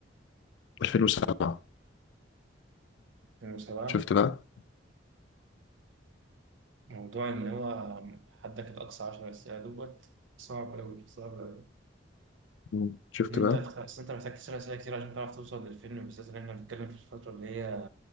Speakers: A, on the left (about 70°); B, on the right (about 80°).
A: 2007
B: 2007
A: شفت بقى؟
B: موضوع إن هو حدك الأقصى عشر أسئلة دوت صعب أوي صعب أوي
A: مم. شفت
B: إن أنت
A: بقى؟
B: أصل أنت محتاج تسأل أسئلة كتير عشان تعرف توصل للفيلم بالذات إن إحنا بنتكلم في الفترة اللي هي